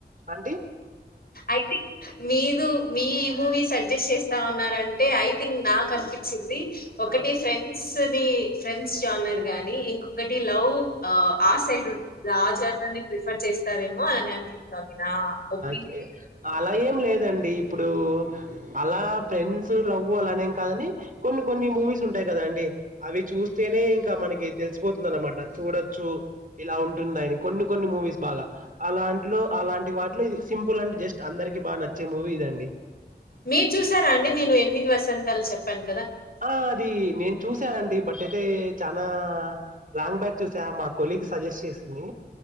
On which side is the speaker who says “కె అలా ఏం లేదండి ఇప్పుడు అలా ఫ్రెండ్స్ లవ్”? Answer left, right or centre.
Right